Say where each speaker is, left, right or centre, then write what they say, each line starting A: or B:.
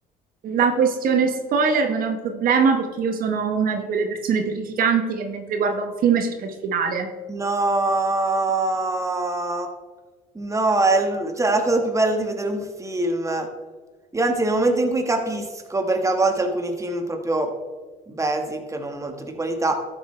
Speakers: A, on the right; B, on the right.
A: la questione spoiler non è un problema perché io sono una di quelle persone terrificanti che mentre guarda un film cerca il finale.
B: no, no, è l- cioè, la cosa più bella di vedere un film. Io anzi, nel momento in cui capisco, perché a volte alcuni film proprio basic, non molto di qualità,